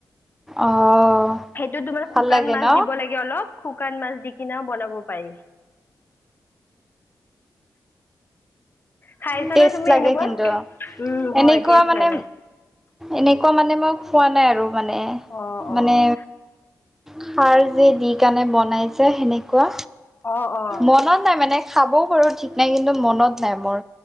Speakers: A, in the centre; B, on the left.
A: অ'।
B: সেইটো তোমাৰ
A: ভাল
B: শুকান
A: লাগে
B: মাছ
A: ন
B: দিব লাগে অলপ। শুকান মাছ দি কিনেও বনাব পাৰি। খাইছানে
A: টেষ্ট
B: তুমি
A: লাগে
B: এনেকুৱা?
A: কিন্তু,
B: উম, হয়
A: এনেকুৱা
B: টেষ্ট
A: মানে
B: লাগে।
A: এনেকুৱা মানে মই খোৱা নাই আৰু মানে,
B: অ', অ',
A: মানে খাৰ দি দি কেনে বনাইজে সেনেকুৱা,
B: অ', অ'।
A: মনত নাই মানে খাবও পাৰোঁ ঠিক নাই কিন্তু মনত নাই মোৰ।